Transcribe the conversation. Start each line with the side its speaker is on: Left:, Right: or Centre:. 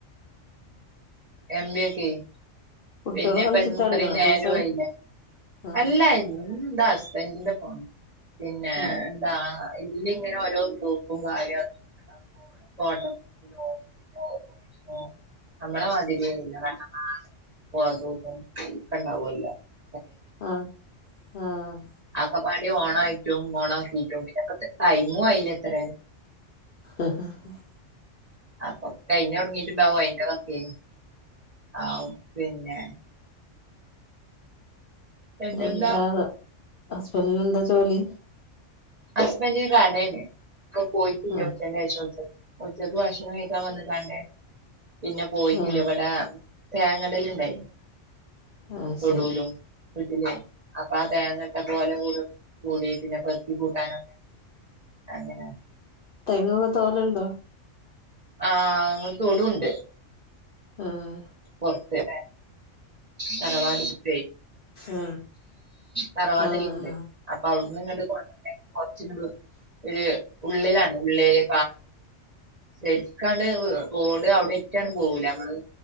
Right: എംബിയൊക്കെ
Left: കുട്ടികള്
Right: പിന്നെപ്പ
Left: കളിച്ചിട്ടാണല്ലോ
Right: ഇത് ഇത്രയും നേരായില്ലേ
Left: ദേശം ആഹ്
Right: അല്ലായി ഇ <unintelligible> ഹസ്ബൻഡ്ന്റെ ഫോൺ പിന്നെ
Left: ആഹ്
Right: എന്താ ഇതിലിങ്ങനെ ഓരോ ഗ്രൂപ്പും കാര്യ <unintelligible> നമ്മളെ മാതിരി <unintelligible>
Left: ആഹ് ആഹ്
Right: ആ കപാടി ഓണായിട്ടും ഓണ ആക്കിട്ടും പിന്നെപ്പ ടൈമും ആയില്ല ഇത്ര
Left: ഉം ഉം
Right: അപ്പൊ കഴിഞൊടങ്ങീട്ട്ണ്ടാവും അയിന്റെതൊക്കെ ആഹ് പിന്നെ പിന്നെന്താ
Left: എന്താ ഹസ്ബന്റിനെന്താ ജോലി
Right: ഹസ്ബന്റിന് കടേണ് പ്പം പൊയ്റ്റില്യാ
Left: ആഹ്
Right: ഉച്ചന്റേഷം ഉച്ചക്ക് ഭക്ഷണം കഴിക്കാൻ വന്ന്ങ്ങാ ണ്ട് പിന്നെ പോയിട്ടില്ല
Left: ആഹ്
Right: ഇവിടെ തേങ്ങടല്ണ്ടായി
Left: ആഹ്
Right: തൊടൂലും
Left: ശരി
Right: വീട്ടില് അപ്പൊ ആ തേങ്ങട്ട പോലെ കൂടി പിന്നെ പെറുകി കൂട്ടാനൊക്കെ അങ്ങനെ
Left: തെങ്ങൊക്കെ തോലുണ്ടോ
Right: ആഹ് അങ്ങ് തൊടുണ്ട്
Left: ആഹ്
Right: പൊറത്ത്ലേ തറവാടിന്റെടുത്
Left: ആഹ്
Right: തറവാട്ടില്ണ്ട്
Left: ആഹ്
Right: അപ്പൊ അവിടന്ന് ങ്ങട്ട് കൊണ്ടര്ണ്ടെ കുറച്ചൂ ഒരു ഉള്ളിലാണ്ഉള്ളെല് ശരിക്കാണ്ട് റോഡ് അവിടെറ്റാണ് പോവൂല നമ്മള്